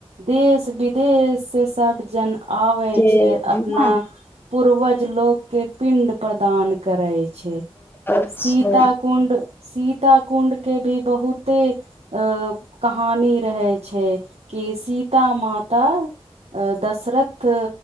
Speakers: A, on the right; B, on the left.
A: देश विदेश सब जन आबै
B: से
A: छै
B: ने
A: अपना पूर्वज लोकके पिण्ड प्रदान करै छै
B: अच्छा
A: सीता कुण्ड सीत कुण्ड के भी बहुते कहानी रहे छै कि सीता माता दशरथ